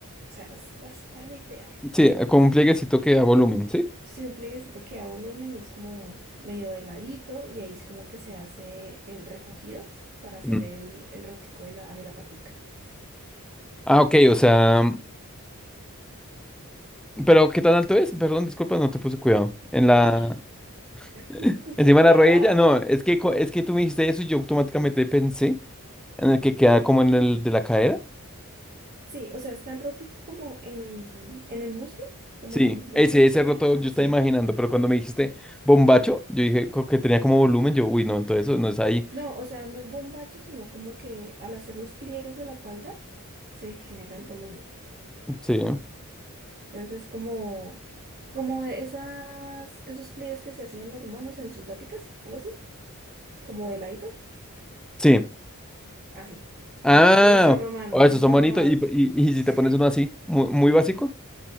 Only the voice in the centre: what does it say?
Sí, con un plieguecito que da volumen, ¿sí?
Mm.
Ah, ok, o sea. Pero ¿qué tan alto es? Perdón, disculpa, no te puse cuidado. En
la.
<laughs>
Encima
de la rodilla, no, es que, co- es que tú me dijiste eso y yo automáticamente pensé en el que queda como en el de la cadera.
Sí,
ese,
ese roto yo
estaba imaginando, pero cuando me dijiste bombacho, yo dije co- que tenía como volumen, yo, uy, no, entonces eso no es ahí.
Sí,
sí.
Ah,
oh,
esos
son
bonitos.
Y, y, y si
te pones uno así, muy, muy básico.